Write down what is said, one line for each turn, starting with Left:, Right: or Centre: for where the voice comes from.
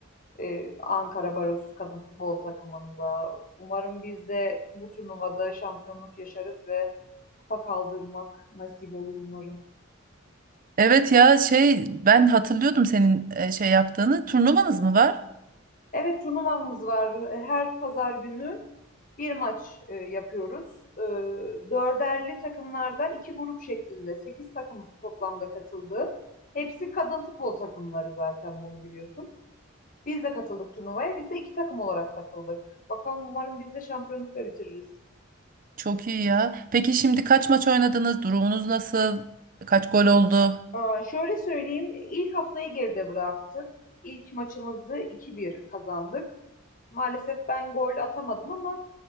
Left: Ee, Ankara Barosu kadın futbol takımında. Umarım biz de bu turnuvada şampiyonluk yaşarız ve kupa kaldırmak nasip olur umarım.
Right: Evet ya şey ben hatırlıyordum senin e, şey yaptığını. Turnuvanız mı var?
Left: Evet turnuvamız var. E, Her pazar günü bir maç e, yapıyoruz. E, dörderli takımlardan iki grup şeklinde sekiz takım toplamda katıldı. Hepsi kadın futbol takımları zaten bunu biliyorsun. Biz de katıldık turnuvaya. Biz de iki takım olarak katıldık. Bakalım umarım biz de şampiyonlukla bitiririz.
Right: Çok iyi ya. Peki şimdi kaç maç oynadınız? Durumunuz nasıl? Kaç gol oldu?
Left: Aa, şöyle söyleyeyim, ilk haftayı geride bıraktık. İlk maçımızı iki bir kazandık. Maalesef ben gol atamadım ama